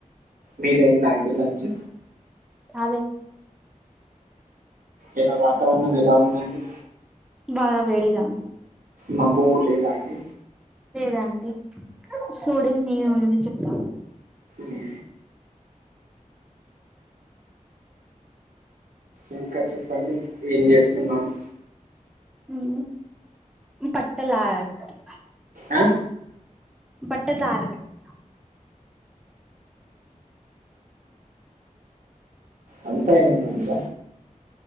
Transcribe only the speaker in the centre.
కాలె
బాగ వేడిగా ఉంది
లేదాంటీ సూడిని నీరు ఉన్నది చెప్తాను
ఉమ్ బట్టలారబెట్టటం
బట్టలారబెట్టటం